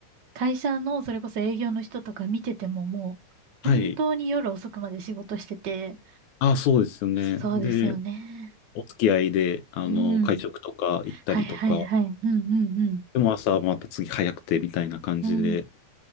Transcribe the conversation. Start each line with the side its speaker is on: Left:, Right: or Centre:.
Right: 会社のそれこそ営業の人とか見ててももう、
Left: はい。
Right: 本当に夜遅くまで仕事してて、
Left: あ、そうですよね。
Right: そうですよね。
Left: で、お付き合いで、あの、
Right: うん。
Left: 会食とか行ったりとか、
Right: はいはいはい。うんうんうん。
Left: でも朝はまた次早くてみたいな感じで、
Right: うん。